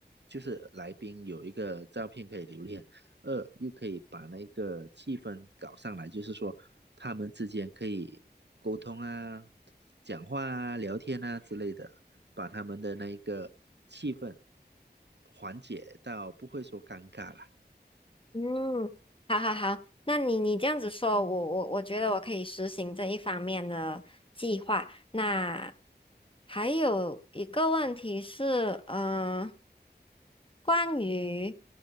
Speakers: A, on the right; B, on the left.
A: 就是来宾有一个照片可以留恋，二又可以把那个气氛搞上来，就是说他们之间可以沟通啊、讲话啊、聊天啊之类的，把他们的那个气氛缓解到不会说尴尬了。
B: 嗯，好好好，那你你这样子说，我我我觉得我可以实行这一方面的计划。那还有一个问题是，嗯、关于